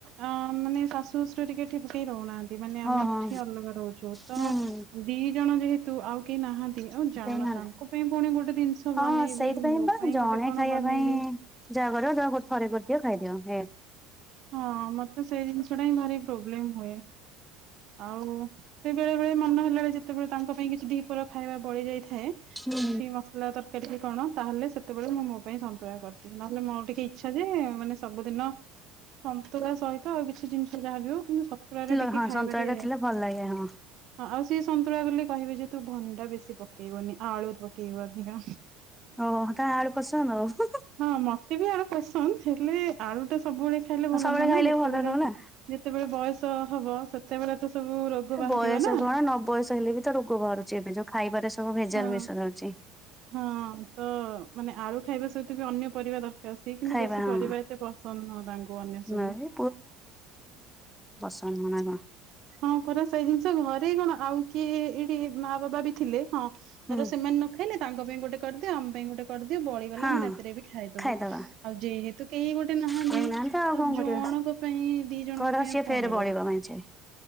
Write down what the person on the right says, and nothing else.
ଅ ମାନେ ଶାଶୁ ଶଶୁର ଟିକେ ଠିକ୍ ହେ ରହୁନାହାନ୍ତି। ମାନେ
ଆମେ ଏଠି
ଅଲଗା ରହୁଛୁ ତ
ଦି ଜଣ ଯେହେତୁ ଆଉ କେହି ନାହାନ୍ତି। ଆଉ ଜାଣ
ତାଙ୍କ ପାଇଁ ପୁଣି ଗୋଟେ ଜିନିଷ
ବନେଇବି
ମୋ
ପାଇଁ
ଗୋଟେ କଣ
ବନେଇବି
ହଁ ମତେ ସେଇ ଜିନଷଟା ଭାର ପ୍ରୋବ୍ଲେମ ହୁଏ। ଆଉ ସେ ବେଳେ ବେଳେ ମନ ହେଲାଣି ଯେତେବେଳେ ତାଙ୍କ ପାଇଁ କିଛି ଦିପୋର ଖାଇବା ବଳି ଯାଇଥାଏ। କିଛି
ମସଲା ତରକାରୀ ବି କଣ ତାହେଲେ ସେତେବେଳେ ମୁଁ ମୋ ପାଇଁ ସନ୍ତୁୋଳ କରିି। ନହେଲେ ମୋର ଟିକେ ଇଚ୍ଛା ଯେ ମାନେ ସବୁଦିନ ସନ୍ତୁଳା ସହିତ ଆଉ କିଛି ଜିନିଷ ଯାହାବି ହଉ କିନ୍ତୁ ସତୁୁଳାରେ
ଟିକେ
ଖାଇବାରେ
ହଁ ଆଉ ସଏ ସନ୍ତୁଳା କଲେ କହିବେ ଯେ ତୁ ଭଣ୍ଡା ବେଶୀ ପକେଇବନି ଆଳୁରୁ ପକେଇବୁ ଅଧିକା।
ହଁ ମତେ ବି ଆଳୁ ପସନ୍ଦ ହେଲେ ଆଳୁ ଟା ସବୁବେଳେ ଖାଇଲେ ଭଲ
ନହ ନା
ଯେତେବେଳେ
ଯେତେବେଳେ ବୟସ। ହବ ସେତେବେଳେ ତ ସବୁ ରୋଗ ବାହାରିବ
ନା
ହଁ
ହଁ ତ ମାନେ ଆଳୁ ଖାଇବା ସହିତ ବି ଅନ୍ୟ ପରିବା ଦର ତ ସିଏ କିନ୍ତୁ
ବେଶୀ
ପରିବା ଏତେ ପସନ୍ଦ ନୁହଁ ତାଙ୍କୁ ଅନ୍ୟ ସବୁ
ହଁ ପରା ସେଇ ଜିନିଷ ଘରେ କଣ ଆଉ କିଏ ଏଇଠି ମା ବାବା ବି ଥିଲେ। ହଁ ତାର
ସେମାନେ ନ ଖାଇଲେ ତାଙ୍କ ପାଇଁ ଗୋଟେ କରିଦିଅ ଆମ ପାଇଁ ଗୋଟେ କରିଦିଅ ବଳିଗଲା
ଆମେ
ରାତିରେ ବି ଖାଇଦବୁ।
ଆଉ ଯେହେତୁ କେହି ଗୋଟେ ନାହାନ୍ତି
ଆଉ
ଜଣଙ୍କ ପାଇଁ ଦି ଜଣଙ୍କ
ପାଇଁ
ଆଉ
କଣ ଟା
କରି ।